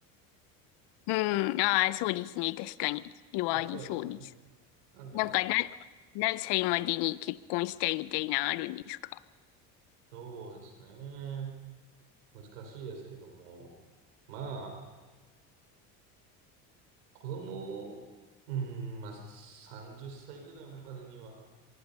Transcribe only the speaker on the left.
うん、ああ、そうですね。確かに。それはありそうです。
なんか、
な、何歳までに結婚したいみたいなのあるんですか